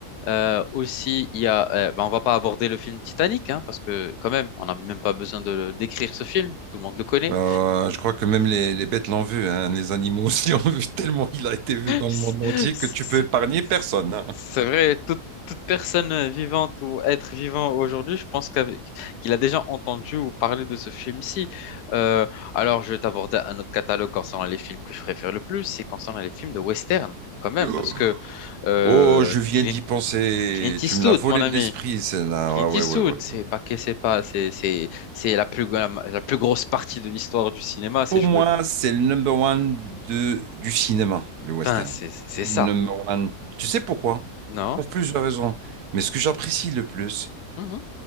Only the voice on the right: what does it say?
Euh, je crois que même les, les bêtes l'ont vu, hein. Les animaux aussi l'ont vu <laughs> tellement il a été vu dans
le monde entier que tu
peux épargner personne. hein.
<gasps>
Oh, je viens
d'y penser.
Tu me l'as volé
de l'esprit, celle-là.
Ouais,
ouais, ouais, ouais.
ouais.
Pour
moi, c'est le number one de, du cinéma, le western.
C'est le
number one. Tu sais pourquoi?
Pour plusieurs raisons. Mais ce que j'apprécie le plus,